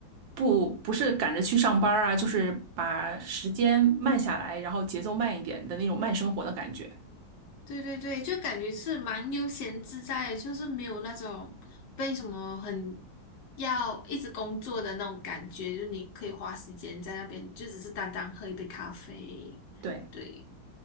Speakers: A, on the right (about 75°); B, on the left (about 65°).
A: 不不是赶着去上班儿啊，就是把时间慢下来，然后节奏慢一点的那种慢生活的感觉。
B: 对对对，就感觉是蛮悠闲自在的，就是没有那种被什么很要一直工作的那种感觉，就你可以花时间在那边，就只是单单喝一杯咖啡。
A: 对。
B: 对，